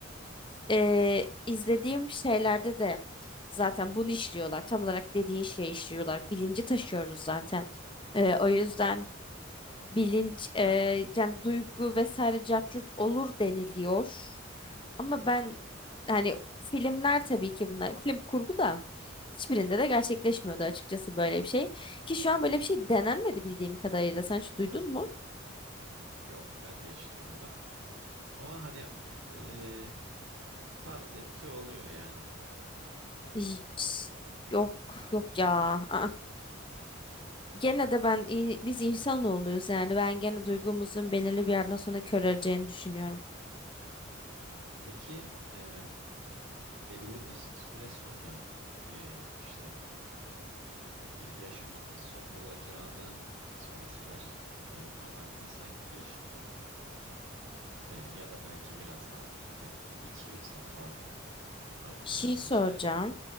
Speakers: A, on the left (about 25°); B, on the right (about 70°).
A: e, izlediğim şeylerde de zaten bunu işliyorlar. Tam olarak dediğin şeyi işliyorlar. Bilinci taşıyoruz zaten. E, o yüzden bilinç e, yani duygu vesaire cart curt olur deniliyor. Ama ben hani filmler tabii ki bunlar film kurgu da hiçbirinde de gerçekleşmiyordu açıkçası böyle bir şey. Ki şu an böyle bir şey denenmedi bildiğim kadarıyla. Sen hiç duydun mu?
B: Yok, ben de hiç duymadım. Ama hani ee, farz et ki oluyor yani.
A: Hiç. Yok yok ya. Aa. Gene de ben in- biz insanoğluyuz yani ben gene duygumuzun belirli bir yerden sonra köreleceğini düşünüyorum.
B: Hmm, Peki ee, belli bir süre sonra ee, işte. e, ya- yaşamının son bulacağını söyleseler yani normal insan gibi yaşayacağını e, ya da belki biraz daha uzun ne bileyim 200 yıl falan artık
A: Bir şey
B: sen seçeceksin.
A: soracağım.